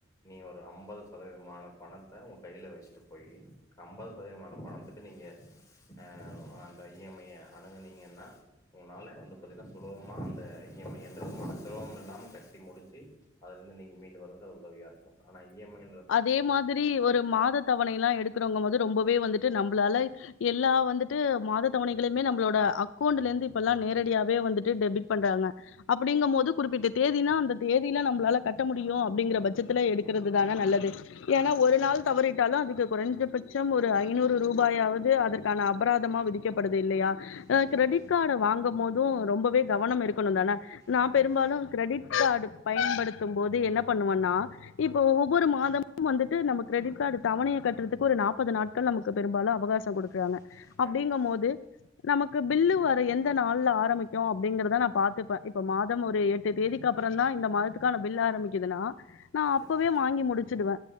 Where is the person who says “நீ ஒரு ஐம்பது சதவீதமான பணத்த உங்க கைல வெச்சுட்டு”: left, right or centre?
Left